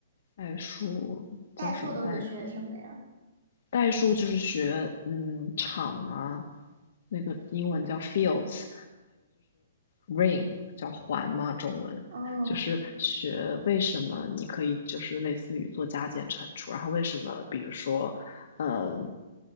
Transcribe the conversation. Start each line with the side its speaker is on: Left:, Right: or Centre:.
Left: 代数叫什么代？
Right: 代数都是学什么呀？
Left: 代数就是学嗯场啊，那个英文叫 fields，ring 叫环嘛，中文就是学为什么你可以就是类似于做加减乘除，
Right: 嗯，
Left: 然后为什么比如说，呃，